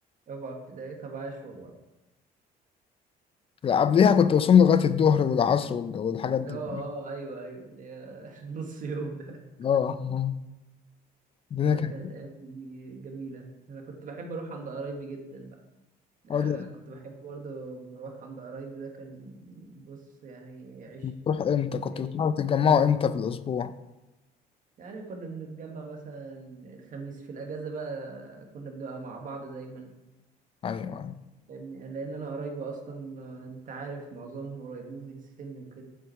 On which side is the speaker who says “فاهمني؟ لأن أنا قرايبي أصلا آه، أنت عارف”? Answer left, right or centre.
Right